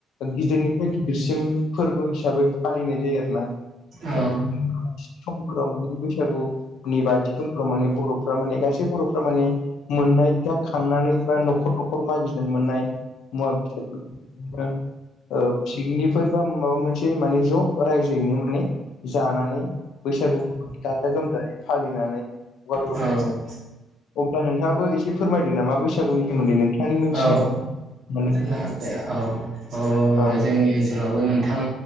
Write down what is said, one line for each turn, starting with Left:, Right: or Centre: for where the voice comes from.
Left: गिदिरनिफ्राय गिदिरसिम फोरबो हिसाबै फालिनाय जायो आरोना।
Right: औ।
Left: बिदिनो समफोराव माने बैसागुनि बाथि समफोराव माने बर'फ्रा माने गासै बर'फ्रा माने मोननाय दा खांनानै बा न'खर न'खर मागिजों मोननाय मुवा बेसाद फोरा ओ पिकनिकफोर बा माबा मोनसे माने ज' रायजोयैनो माने जानानै बैसागु फोर गाजा गोमजायै फालिनानै हगार हरो
Right: औ।
Left: अब्ला नोंथाङाबो एसे फोरमायदो नामा बैसागुनि सोमोन्दै नोंथांनि मोनथिनाया
Right: औ
Left: मान
Right: <unintelligible>
Left: औ।
Right: जोंनि ओनसोलावबो नोंथां